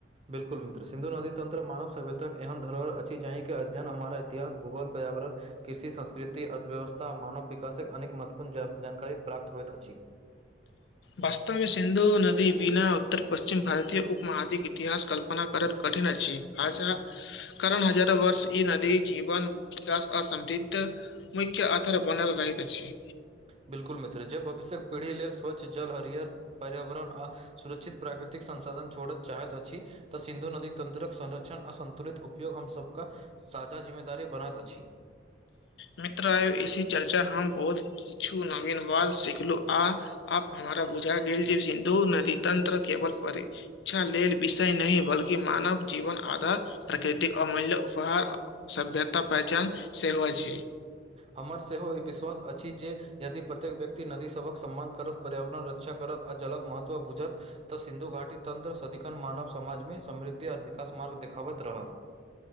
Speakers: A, on the right; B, on the left.
A: बिलकुल मित्र सिन्धु नदी तंत्र मानव सभ्यताक एहन धरोहर अछि छी जाहि के अध्ययन हमर इतिहास भूगोल पर्यावरण कृषि संस्कृति अर्थव्यवस्था आ मानव विकासक अनेक महत्वपूर्ण जानकारी प्राप्त होइत अछि <inaudible>
B: वास्तवमे सिन्धु नदी बिना उत्तर पश्चिम भारतीय उपमहादिके इतिहास कल्पना करैत कठिन अछि हजा कारण हजारो वर्ष ई नदी जीवन विकास आ समृद्ध मुख्य आधार बनाल गेल अछि
A: बिलकुल मित्र जे भविष्यक पीढ़ी लेल स्वच्छ जल हरियर पर्यावरण आ सुरक्षित प्राकृतिक संसाधन छोड़य चाहैत अछि तऽ सिन्धु नदी तंत्रक संरक्षण आ संन्तुलित उपयोग हम सभ कऽ साझा जिम्मेदारी बनात अछि
B: मित्र आई चर्चा हम बहुत किछु नवीन बात सिखलहु आ आप हमरा बुझा गेल जे सिन्धु नदी तंत्र केवल परी क्षा लेल विषय नहि बल्कि मानव जीवन आधार प्रकृतिक अमूल्य उपहार सभ्यता पहचान सेहो अछि
A: हमर सेहो ई विश्वास अछि जे यदि प्रत्येक व्यक्ति नदी सभक सम्मान करत पर्यावरण रक्षा करत आ जलक महत्व बुझत तऽ सिन्धु घाटी तन्त्र सदिखन मानव समाजमे समृद्धि आओर विकास मार्ग देखाबैत रहत